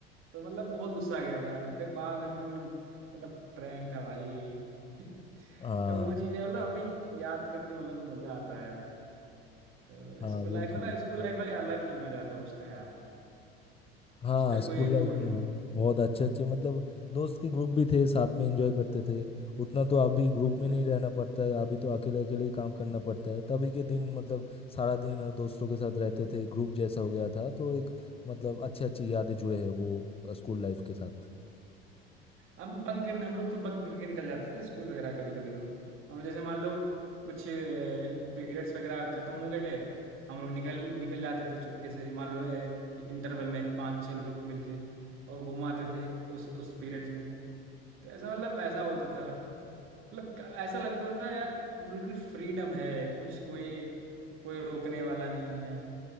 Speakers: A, on the right; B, on the left.
A: तो मतलब बहुत गुस्सा आ गया था फिर बाद में हम लोगों ने मतलब प्रैंक था भाई <laughs>
B: हाँ
A: तो वो चीज मतलब अभी याद करके मतलब मजा आता है यार तो
B: हाँ
A: स्कूल
B: बिल्कुल
A: लाइफ मतलब स्कूल लाइफ भाई अलग ही मजा था उसका यार
B: हाँ
A: उसका
B: स्कूल
A: कोई
B: लाइफ
A: तोड़
B: में बहुत अच्छे अच्छे मतलब दोस्त के ग्रुप भी थे साथ में एंजॉय करते थे उतना तो अभी ग्रुप
A: नहीं
B: में नहीं रहना पड़ता है अभी तो अकेले अकेले ही काम करना पड़ता है तभी के दिन मतलब सारा दिन दोस्तों के साथ रहते थे ग्रुप जैसा हो गया था तो एक मतलब अच्छे अच्छी यादें जुड़े हैं वो स्कूल लाइफ के साथ
A: हम तो बंक करने हम लोग तो बंक करके निकल जाते थे स्कूल वगैरह कभी कभी तो हम लोग जैसे मान लो कुछ पीरियड्स वगैरह खत्म हो गए हम लोग निकल निकल जाते थे चुपके से मान लो इंटरवल में पांच छह लोग मिलके और घुमाते थे उस उस पीरियड्स में तो ऐसा मतलब ऐसा होता था मतलब क- ऐसा लगता था यार बिल्कुल फ्रीडम है कुछ कोई कोई रोकने वाला नहीं है